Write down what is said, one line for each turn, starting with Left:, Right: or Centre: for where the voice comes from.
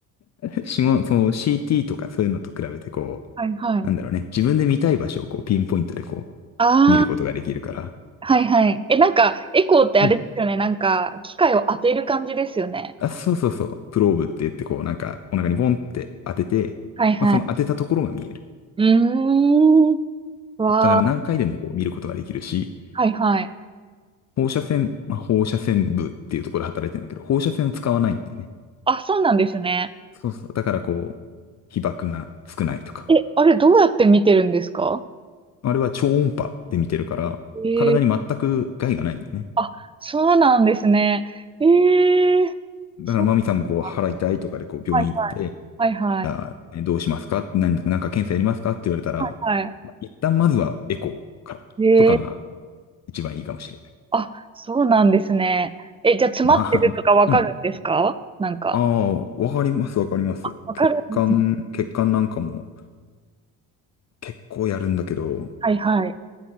Left: 仕事、その CT とかそういうのと比べてこう、
Right: はいはいはい。
Left: なんだろうね、自分で見たい場所をこう、ピンポイントでこ
Right: ああ、
Left: う、見ることができるから、
Right: はいはい。え、なんか、エコーってあれですよね。
Left: うん
Right: なんか、機械を当てる感じですよね。
Left: あ、そうそうそう、プローブって言ってこう、なんか、お腹にボンって当てて、
Right: はいはい。
Left: まあ、その当てたところが見える。
Right: うーん。わあ、
Left: だから何回でもこう見ることができるし、
Right: はいはい。
Left: 放射線、まあ、放射線部っていうところで働いてるんだけど、放射線を使わないんだよね。
Right: あ、そうなんですね。
Left: そうそう。だからこう、被曝が少ないとか。
Right: え、あれどうやって見てるんですか
Left: あれは超音波で見てるから、
Right: ええ
Left: 体に全く害がないんだよね。
Right: あ、そうなんですね。ええそう
Left: だからマミさんもこう、
Right: か。
Left: 腹痛いとかでこう、病院行って、
Right: はいはい。はいはい。
Left: じゃあ、ねどうしますか何、なんか検査やりますかって言われたら、
Right: はい。
Left: まあ一旦まずはエコーからとかが
Right: え
Left: 一番いいかもしれない。
Right: あ、そうなんですね。え、じゃあ詰まってるとかわかるんですかなんか。
Left: まあ、うん。ああ、わかります、わかります。
Right: わかるんです。
Left: 血管、血管なんかも結構やるんだけど、
Right: はいはい。